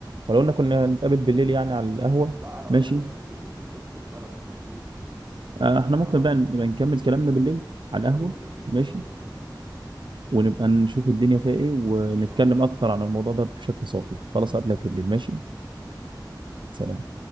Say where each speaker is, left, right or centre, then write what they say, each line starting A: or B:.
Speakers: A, on the right (about 80°); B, on the right (about 30°).
A: ولو ان كنا نتقابل بالليل يعني على القهوه
B: لا انا بتكلم
A: ماشي
B: في حته انك تفصل فعلا دي دي دي
A: آه، احنا ممكن
B: اها
A: بقى نبقى نكمل كلامنا
B: نتقابل
A: بالليل على
B: نتقابل
A: القهوه
B: ونشوف ال-
A: ماشي
B: ال- الحته دي
A: ونبقى نشوف الدنيا فيها ايه ونتكلم
B: ان شاء الله
A: اكتر عن الموضوع ده بشكل صافي خلاص قبلك بالليل ماشي سلام